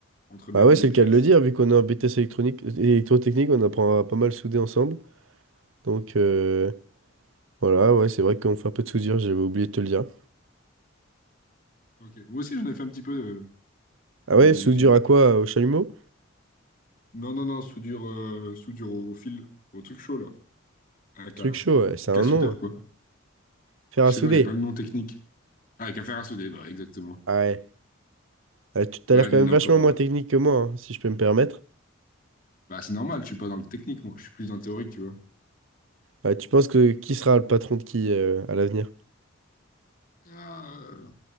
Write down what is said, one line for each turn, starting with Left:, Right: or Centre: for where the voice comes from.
Left: Entre mecs
Right: Bah ouais,
Left: de
Right: c'est
Left: BTS.
Right: le cas de le dire, vu qu'on est en BTS électronique, électrotechnique, on apprend à pas mal souder ensemble. Donc... euh, Voilà, ouais, c'est vrai qu'on fait un peu de soudure, j'avais oublié de te le dire.
Left: Ok. Moi aussi, j'en ai fait un petit peu euh,
Right: Ah
Left: dans
Right: ouais,
Left: mes
Right: soudure
Left: études.
Right: à quoi? Au chalumeau?
Left: Non, non, non, soudure, euh, soudure au fil, au truc chaud, là. Avec
Right: Truc
Left: un,
Right: chaud, ouais, c'est
Left: avec
Right: un
Left: un soudeur,
Right: nom. ouais.
Left: quoi. Ouais.
Right: Faire
Left: Je
Right: à
Left: sais
Right: souder.
Left: pas, j'ai pas le nom technique. Ah, avec un fer à souder, bah, exactement.
Right: Ah ouais. Ah, tu t'as
Left: Ouais,
Right: l'air
Left: nous,
Right: quand même
Left: on est
Right: vachement
Left: encore.
Right: moins
Left: euh,
Right: technique que moi, hein, si je peux me permettre.
Left: Bah, c'est normal, je suis pas dans le technique, moi. Je suis plus dans le théorique, tu vois.
Right: Ah, tu penses que qui sera le patron de qui euh, à l'avenir?
Left: Ah, euh,